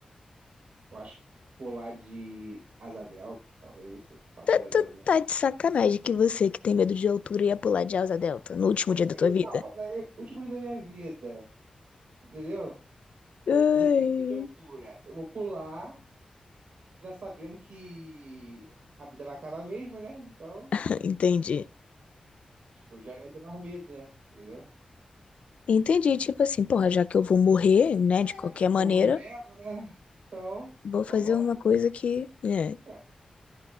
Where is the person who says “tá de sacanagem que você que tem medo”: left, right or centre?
Left